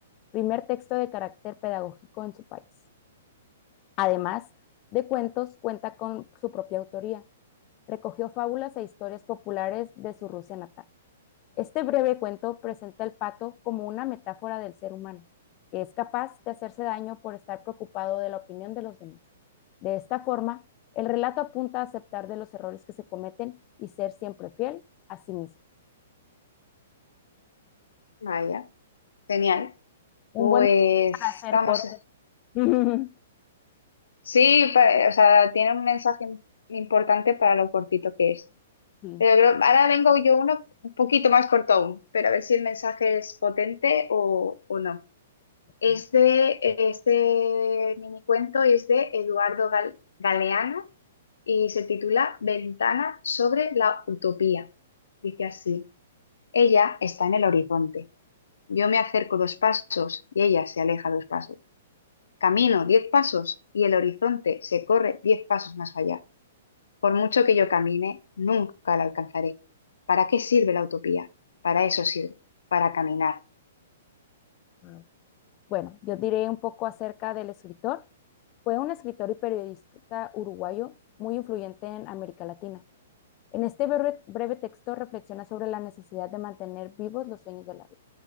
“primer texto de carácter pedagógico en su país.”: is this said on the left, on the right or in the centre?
Left